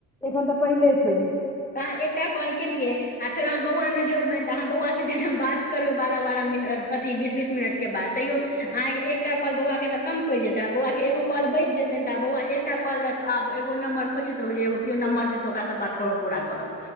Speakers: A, in the centre; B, on the left.
A: एखन त पहिले छै
B: त अहाँ एकटा कॉल केलियै आ फेर अहाँ बौआ मेजोर बैन तऽ अहाँ बौआसँ जेना बात करबै बारह बारह मिनट अथी बीस बीस मिनटके बाद तैयो अहाँके
A: हँ
B: एकटा क बौआ तऽ कम पड़ि जेतै बौआ के एगो कॉल बचि जेतनि त आ बौआ एकटा कौल आब एगो नम्र खोजेतै एगो केओ नंबर दे त ओकरा सँ बात कर पूरा करब